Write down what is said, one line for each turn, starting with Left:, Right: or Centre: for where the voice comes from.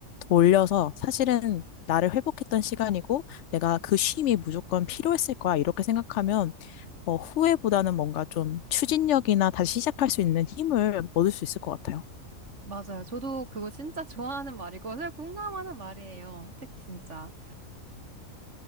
Left: 돌려서 사실은 나를 회복했던 시간이고, 내가 그 쉼이 무조건 필요했을 거야. 이렇게 생각하면 어, 후회보다는 뭔가 좀 추진력이나 다시 시작할 수 있는 힘을 얻을 수 있을 것 같아요.
Right: 맞아요. 저도 그거 진짜 <laughs> 좋아하는 말이고 제가 공감하는 말이에요. 특히 진짜.